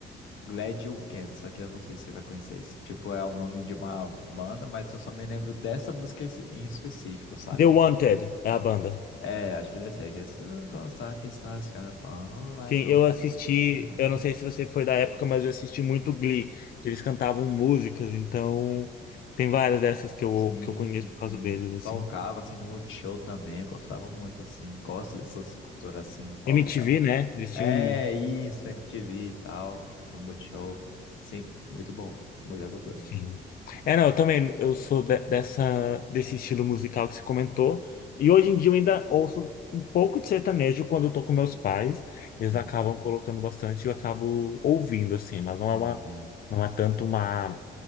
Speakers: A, on the left; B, on the left.
A: Glad You Can, só que eu não sei se você vai conhecer isso. Tipo, é o nome de uma banda, mas eu só me lembro dessa música em específico, sabe?
B: The Wanted é a banda.
A: É, acho que deve ser. Que é, "So gonna start, get started, it's gonna pop like
B: Sim, eu
A: on-
B: assisti,
A: see you around."
B: eu não sei se você foi da época, mas eu assisti muito Glee, que eles cantavam músicas, então tem várias dessas que eu,
A: Sim,
B: que eu conheço
A: sim.
B: por causa deles, assim.
A: Tocava assim no Multishow também, eu gostava muito assim, gosto dessas culturas assim, pop
B: MTV,
A: e tal.
B: né? Eles
A: É
B: tinham
A: isso, MTV e tal, no Multishow. Sim, muito bom, muita cultura.
B: Sim. É, não, eu também, eu sou de- dessa, desse estilo musical que você comentou, e hoje em dia eu ainda ouço um pouco de sertanejo quando eu tô com meus pais, eles
A: Uhum.
B: acabam colocando bastante e eu acabo ouvindo, assim, mas
A: Sim,
B: não é uma,
A: sim.
B: não é tanto uma,